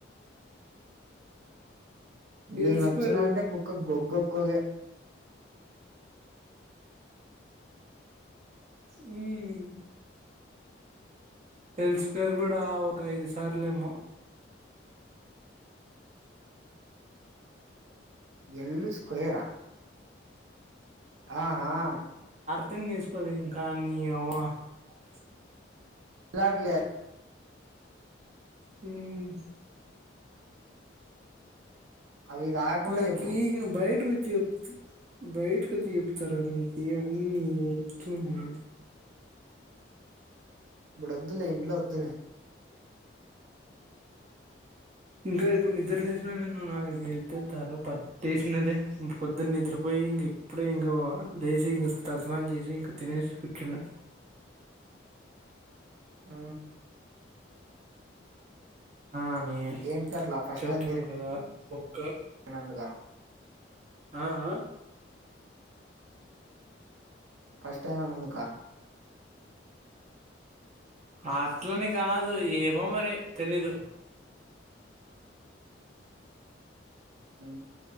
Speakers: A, on the right; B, on the right.
A: నేను
B: ఎల్ స్క్వేర్
A: వచ్చినా అంటే కుక్క గోగో కో లే
B: హ్మ్ ఎల్ స్క్వేర్ కూడా ఒక ఐదు సార్లేమో
A: ఎల్ స్క్వేర్ రా ఆ ఆ
B: తిన్యూస్ పలింక <unintelligible>
A: రాట్లే
B: హ్మ్
A: అవి కాకుండా
B: ఓకి
A: చెప్పు
B: బయట వ చెప్ బయటకి వచ్చి చెప్తారా నీకు ఇవన్నీ ఇట్లుని
A: ఇప్పుడు వద్దులే ఇంట్లో వద్దులే
B: ఇంకా ఇప్పుడు నిద్ర లేసిన నేను నాకు వెళ్తే తల పట్టేసినదే పొద్దున నిద్రపోయి ఇంక ఇప్పుడే ఇంక లేసి ఇంక తలస్నానం చేసి ఇంక తినేసి కూర్చున్నా
A: ఆ
B: అని
A: ఏంటికి అట్లా ఫస్ట్
B: చెప్తున్నాను
A: టైం
B: కదా కా
A: <unintelligible>
B: ఆ ఆ
A: ఫస్ట్ టైం పోయినందుకా
B: అట్లనే కాదు ఏమో మరి తెలీదు
A: అవు